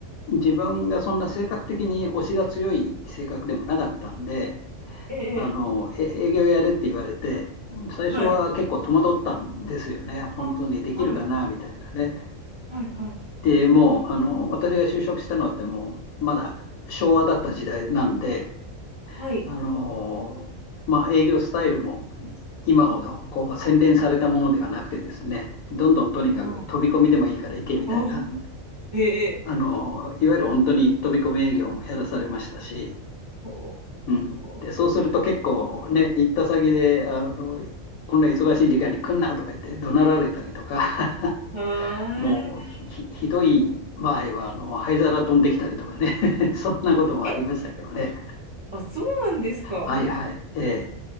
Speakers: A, on the left; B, on the right.
A: 自分がそんな性格的に推しが強い性格でもなかったんで、
B: ええ、
A: あの、
B: ええ
A: え営業やれって言われて、最初は結構戸惑ったんですよね。
B: はい。
A: 本当にできるかなみたいなね。
B: あ、はい、はい、はい、
A: で、もう、あの、私が就職したのってもう、まだ昭和だった時代なんで、
B: はい。
A: あの、まあ、営業スタイルも今ほどこう洗練されたものではなくてですね、どんどんとにかく飛び込みでもいいから行けみたいな、
B: あ、あ、ええ、ええ
A: あの、いわゆる本当に飛び込み営業もやらされましたし、
B: お
A: うん。で、
B: ー、
A: そうすると結構ね、行った先で、あの、こんな忙しい時間に来んなとか言って怒鳴られたりとか、
B: はー
A: <laughs> もうひ、ひどい場合は、あの、灰皿飛んできたりとかね、<laughs> そんなこともありましたけどね。
B: い。あ、そうなんですか。
A: はいはい。ええ。